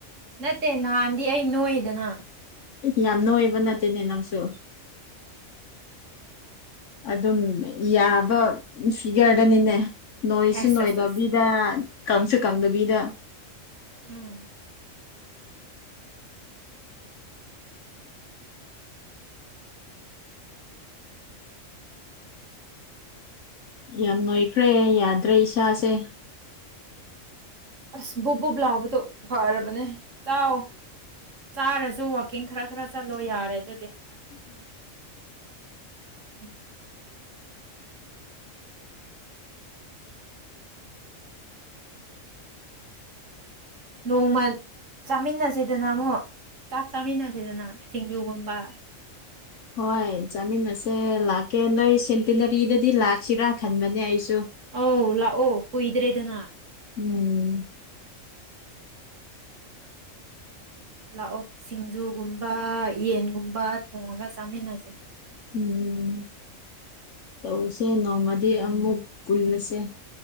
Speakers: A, on the right; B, on the left.
A: ꯅꯠꯇꯦ ꯅꯍꯥꯟꯗꯤ ꯑꯩ ꯅꯣꯏꯗꯅ
B: ꯌꯥꯝ ꯅꯣꯏ ꯑꯣꯏꯕ ꯅꯠꯇꯦꯅꯦ ꯅꯪꯁꯨ ꯑꯗꯨꯝ ꯌꯥꯕ ꯁꯤ ꯒꯥꯔꯗꯅꯤꯅꯦ ꯅꯣꯏꯁꯨ
A: ꯑꯁ
B: ꯅꯣꯏꯗꯕꯤꯗ
A: ꯑꯁ ꯑꯁ
B: ꯀꯪꯁꯨ ꯀꯪꯗꯕꯤꯗ
A: ꯎꯝ
B: ꯌꯥꯝ ꯅꯣꯏꯈ꯭ꯔꯦ ꯌꯥꯗ꯭ꯔꯦ ꯏꯁꯥꯁꯦ
A: ꯑꯁ ꯕꯨꯞ ꯕꯨꯞ ꯂꯥꯎꯕꯗꯣ ꯐꯔꯕꯅꯦ ꯇꯥꯛꯑꯣ ꯆꯥꯔꯁꯨ ꯋꯥꯛꯀꯤꯡ ꯈꯔ ꯈꯔ ꯆꯠꯂꯣ ꯌꯥꯔꯦ ꯑꯗꯨꯗꯤ ꯎꯝ ꯅꯣꯡꯃ ꯆꯥꯃꯤꯟꯅꯁꯤꯗꯅ ꯑꯃꯨꯛ ꯆꯥꯛ ꯆꯥꯃꯤꯟꯅꯁꯤꯗꯅ ꯁꯤꯡꯖꯨꯒꯨꯝꯕ
B: ꯍꯣꯏ ꯆꯥꯃꯤꯟ ꯑꯁꯦ ꯂꯥꯛꯀꯦ ꯅꯣꯏ ꯁꯦꯟꯇꯤꯅꯔꯤꯗꯗꯤ ꯂꯥꯛꯁꯤꯔꯥ ꯈꯟꯕꯅꯦ ꯑꯩꯁꯨ
A: ꯑ ꯂ ꯑꯣ ꯀꯨꯣꯏꯗ꯭ꯔꯦꯗꯅ
B: ꯎꯝ
A: ꯂꯥꯛꯑꯣ ꯁꯤꯡꯖꯨꯒꯨꯝꯕ ꯌꯦꯟꯒꯨꯝꯕ ꯊꯣꯡꯉꯒ ꯆꯥꯃꯤꯟꯅꯁꯦ
B: ꯎꯝ ꯇꯧꯁꯦ ꯅꯣꯡꯃꯗꯤ ꯑꯃꯨꯛ ꯄꯨꯜꯂꯁꯦ